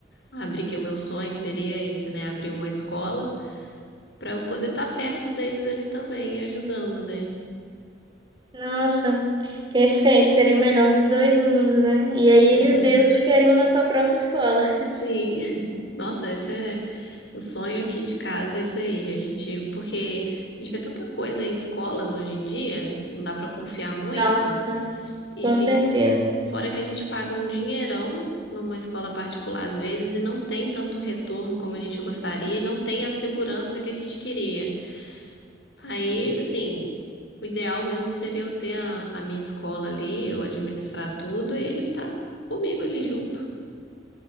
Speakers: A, on the left (about 80°); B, on the right (about 25°).
A: abrir, que o meu sonho seria esse, né, abrir uma escola, para eu poder estar perto deles ali também, ajudando, né?
B: Nossa, perfeito, seria o melhor dos dois mundos, né? E aí
A: Sim,
B: eles mesmos ficariam na sua própria escola.
A: sim. <laughs> Nossa, esse é o sonho aqui de casa, é isso aí. A gente, porque a gente vê tanta coisa em escolas hoje em dia, que não dá pra confiar muito,
B: Nossa,
A: e
B: com
A: fica,
B: certeza.
A: fora que a gente paga um dinheirão numa escola particular às vezes e não tem tanto retorno como a gente gostaria e não tem a segurança que a gente queria. Aí, assim, o ideal mesmo seria eu ter a, a minha escola ali, eu administrar tudo e ele estar comigo ali junto.